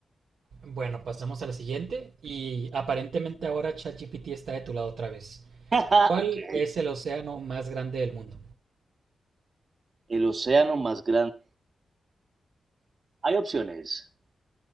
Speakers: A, on the right (about 75°); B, on the right (about 45°).
A: Bueno, pasamos a la siguiente y aparentemente ahora ChatGPT está de tu lado otra vez.
B: <laughs>
A: ¿Cuál es
B: ok.
A: el océano más grande del mundo?
B: El océano más grande. Hay opciones.